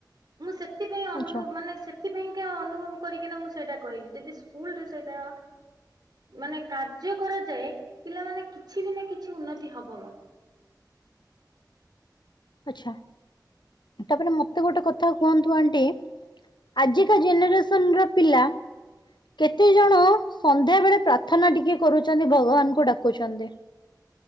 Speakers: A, on the right; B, on the left.
A: ମୁଁ ସେଥିପାଇଁ ଅନୁଭବ
B: ଆଚ୍ଛା।
A: ମାନେ ସେଥିପାଇଁକା ଅନୁଭବ କରିକିନା ମୁଁ ସେଇଟା କହିଲି ଯଦି ସ୍କୁଲ ରେ ସେଇଟା ମାନେ କାର୍ଯ୍ୟ କରାଯାଏ ପିଲାମାନେ କିଛି ବି ନା କିଛି ଉନ୍ନତି ହବ।
B: ଆଚ୍ଛା। ତାପରେ ମତେ ଗୋଟେ କଥା କୁହନ୍ତୁ ଆଣ୍ଟି ଆଜିକା ଜେନେରେସ <unintelligible> କେତେ ଜଣ ସନ୍ଧ୍ୟା ବେଳେ ପ୍ରାର୍ଥନା ଟିକେ କରୁଛନ୍ତି ଭଗବାନଙ୍କୁ ଡାକୁଛନ୍ତି?